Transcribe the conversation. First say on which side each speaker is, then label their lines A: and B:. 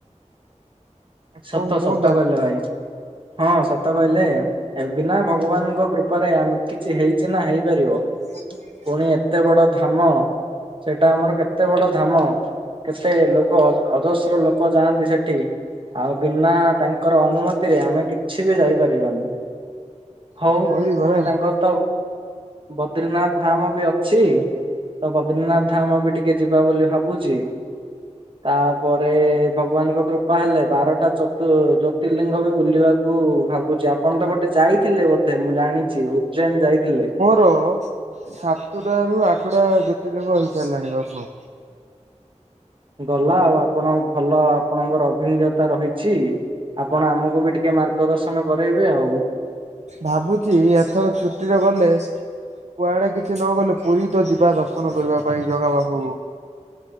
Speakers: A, on the right; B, on the right.
A: ଆଉ
B: ସତ
A: କଣ କୁହନ୍ତୁ
B: ସତ
A: ଆ
B: କହିଲେ ଭାଇ ହଁ ସତ କହିଲେ। ଏ ବିନା ଭଗବାନଙ୍କ କୃପାରେ ଆମେ କିଛି ହେଇଚି ନା ହେଇପାରିବ।
A: <inaudible>
B: ପୁଣି ଏତେ ବଡ ଧାମ ସେଇଟା ଆମର କେତେ ବଡ ଧାମ, କେତେ ଲୋକ ଅଜସ୍ର ଲୋକ ଯାଆନ୍ତି ସେ ଠି ଆଉ ବିନା ତାଙ୍କର ଅନୁମତିରେ ଆମେ କିଛି ବି ଯାଇପାରିବାନି। ହଉ
A: ହୁଁ କହିଲି
B: ପୁଣି
A: ପରା
B: ତାଙ୍କର ତ ବଦ୍ରିନାଥ ଧାମ ବି ଅଛି। ତ ବଦ୍ରୀନାଥ ଧାମ ବି ଟିକେ ଯିବା ବୋଲି ଭାବୁଛି। ତାପରେ ଭଗବାନଙ୍କ କୃପା ହେଲେ ବାରଟା ଚତୁ ଜ୍ୟୋତିର୍ଲିଙ୍ଗ ବି ବୁଲିବାକୁ ଭାବୁଚି ଆପଣ ତ ଗୋଟେ ଯାଇଥିଲେ ବୋ ଧେ ମୁଁ ଜାଣିଚି ଉଜୈନ ଯାଇଥିଲେ।
A: ତ ସାତୁଟା ରୁ ଆଠୁଟା ଜ୍ୟୋତିର୍ଲିଙ୍ଗ ହେଇସାରିଲାଣି ଦର୍ଶନ।
B: ଗଲା ଆଉ ଆପଣ ଭଲ ଆପଣଙ୍କର ଅଭିଁଜ୍ଞତା ରହିଛି। ଆପଣ ଆମକୁ ବି ଟିକେ ମାର୍ଗଦର୍ଶନ କରେଇବେ ଆଉ।
A: ଭାବୁଚି ଏଥର ଛୁଟିରେ ଗଲେ କୁଆଡେ କିଛି ନ ଗଲେ ପୁରୀ ତ ଯିବା ଦର୍ଶନ କରିବା ପାଇଁ ଜଗା ପାଖକୁ।